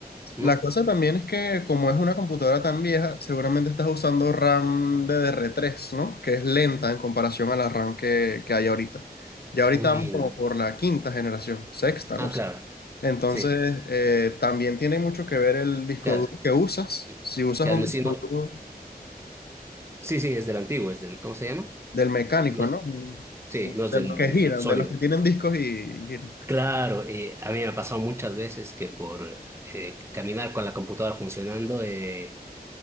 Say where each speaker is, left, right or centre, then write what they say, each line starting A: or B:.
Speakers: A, on the right; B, on the left.
A: ¿no?
B: La cosa también es que como es una computadora tan vieja, seguramente estás usando RAM de DDR3, ¿no? Que es lenta en comparación a la RAM que, que hay ahorita. Ya ahorita
A: Uy,
B: vamos como
A: no.
B: por la quinta generación, sexta,
A: Ah,
B: no sé.
A: claro,
B: Entonces,
A: sí,
B: eh, también tiene mucho que ver el disco
A: claro.
B: duro que usas.
A: Y-
B: Si usas
A: claro,
B: un
A: no,
B: disco
A: sí, no.
B: duro
A: Sí, sí, es del antiguo, es del, ¿cómo se llama?
B: del mecánico,
A: No,
B: ¿no? Un-
A: sí,
B: un-
A: no es
B: De
A: del
B: los que giran,
A: mm, sólido.
B: de los que tienen discos y giran.
A: Claro, eh, a mí me ha pasado muchas veces que por eh, caminar con la computadora funcionando eh,